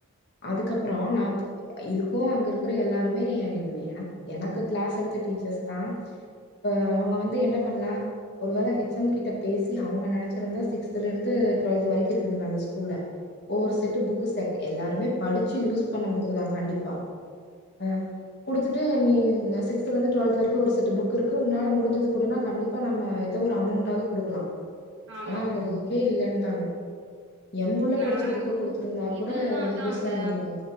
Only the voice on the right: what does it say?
ஆமாங்க
நாங்
இதுலதா
அதா
அந்த